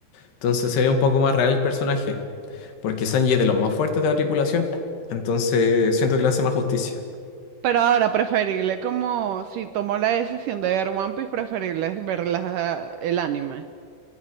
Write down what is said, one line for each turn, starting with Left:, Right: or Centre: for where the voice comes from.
Left: Entonces se ve un poco más real el personaje, porque Sanji es de los más fuertes de la tripulación. Entonces siento que le hace más justicia.
Right: Pero ahora preferible, como si tomó la decisión de ver One Piece, preferible es ver la- el anime